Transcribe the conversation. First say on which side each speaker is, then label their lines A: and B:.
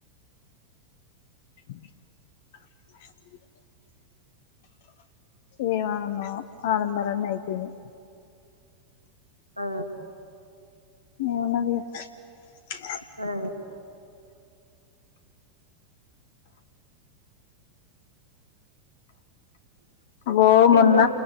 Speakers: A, on the left; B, on the left.
A: <inaudible> ఏం ఆనందమో ఆనందాలన్ని అయిపోయినయి
B: ఓ
A: ఏ ఉది <unintelligible>
B: సరే
A: ఓ
B: తిన్ను
A: మొన్న